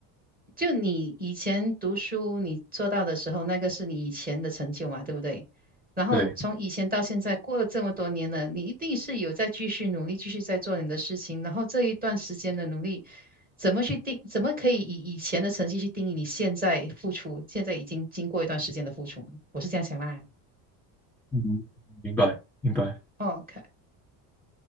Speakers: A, on the right (about 20°); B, in the centre.
A: 就你以前读书你做到的时候，那个是你以前的成就嘛，对不对？然后从以前到现在，
B: 对，
A: 过了这么多年了，你一定是有在继续努力，继续在做你的事情。然后这一段时间的努力，怎么去定？怎么可以以以前的成绩去定义你现在付出？现在已经经过一段时间的付出了，我是这样想啦。
B: 嗯，明白明白。
A: OK，